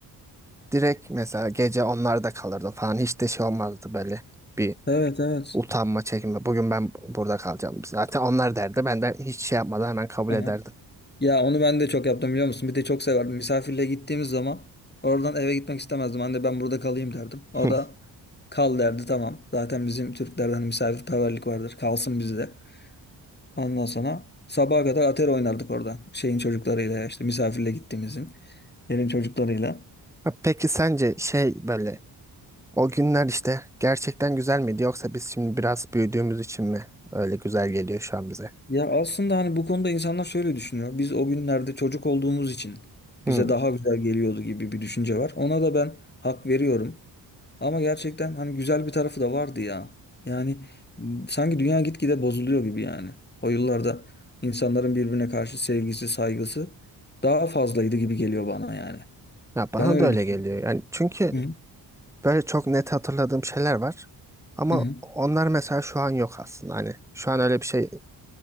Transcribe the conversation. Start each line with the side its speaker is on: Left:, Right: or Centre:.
Centre: Direkt mesela gece onlarda kalırdım falan hiç de şey olmazdı böyle bir
Left: evet evet.
Centre: utanma çekinme. Bugün ben burada kalacağım. Zaten onlar derdi. Ben de hiç şey yapmadan hemen kabul
Left: Aha.
Centre: ederdim.
Left: Ya onu ben de çok yaptım biliyor musun? Bir de çok severdim. Misafirliğe gittiğimiz zaman oradan eve gitmek istemezdim. Anne ben burada kalayım derdim. O
Centre: <laughs>
Left: da kal derdi tamam. Zaten bizim Türklerden hani misafirperverlik vardır. Kalsın bizde. Ondan sonra sabaha kadar atari oynardık orada. Şeyin çocuklarıyla ya, işte misafirliğe gittiğimizin. Yerin çocuklarıyla.
Centre: Ha, Peki sence şey böyle o günler işte gerçekten güzel miydi yoksa biz şimdi biraz büyüdüğümüz için mi öyle güzel geliyor şu an bize?
Left: Ya aslında hani bu konuda insanlar şöyle düşünüyor. Biz o günlerde çocuk olduğumuz için
Centre: Hmm.
Left: bize daha güzel geliyordu gibi bir düşünce var. Ona da ben hak veriyorum. Ama gerçekten hani güzel bir tarafı da vardı ya. Yani m, sanki dünya gitgide bozuluyor gibi yani. O yıllarda insanların birbirine karşı sevgisi, saygısı daha fazlaydı gibi geliyor bana yani.
Centre: Ya bana
Left: Ben öyle
Centre: da öyle
Left: düşünüyorum.
Centre: geliyor. Yani çünkü
Left: Hı hı.
Centre: böyle çok net hatırladığım şeyler var. Ama
Left: hı hı.
Centre: onlar mesela şu an yok aslında. Hani şu an öyle bir şey